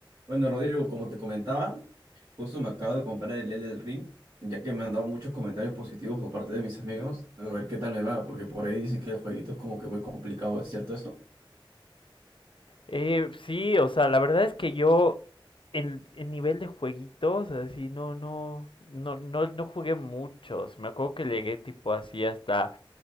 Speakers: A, on the right; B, on the left.
A: Bueno, Rodrigo, como te comentaba, justo me acabo de comprar el Elden Ring, ya que me han dado muchos comentarios positivos por parte de mis amigos. A ver qué tal me va, porque por ahí dicen que el jueguito es como que muy complicado, ¿es cierto eso?
B: Eh, sí, o sea, la verdad es que yo en, en nivel de jueguitos, así, no, no, no, no, no jugué muchos. Me acuerdo que llegué tipo así hasta